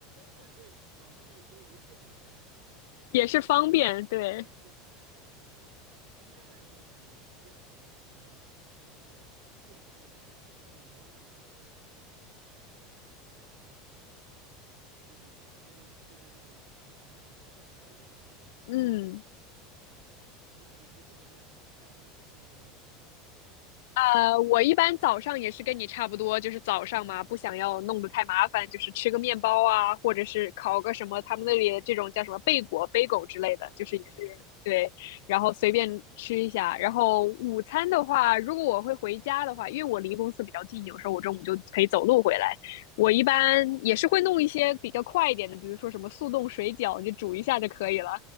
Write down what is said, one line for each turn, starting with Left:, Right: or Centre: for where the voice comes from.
Right: 干脆搞成一锅一炖，这样呃
Left: 也是方便，对，
Right: 方便。哎，应该来说比煎炒的可能能够健康一点，少点油，然后呃。那个是那个这个营养的损失会少一点，也许吧。
Left: 嗯。
Right: 你你你是怎么三餐和工作餐是怎么解决？
Left: 呃，我一般早上也是跟你差不多，就是早上嘛，
Right: 嗯，
Left: 不想要弄得太麻烦，就是吃个面包啊，
Right: 嗯
Left: 或者是烤个什么，他们那里这种叫什么贝果、贝狗之类的，
Right: 哦，
Left: 就是也是对，
Right: 这个啊啊啊
Left: 然后随便吃一下。然后午餐的话，如果我会回家的话，因为我离公司比较近，有时候我中午就可以走路回来。
Right: 哦
Left: 我一般也是会弄一些比较快一点的，
Right: 啊
Left: 比如说什么速冻水饺，你就煮一下就可以了，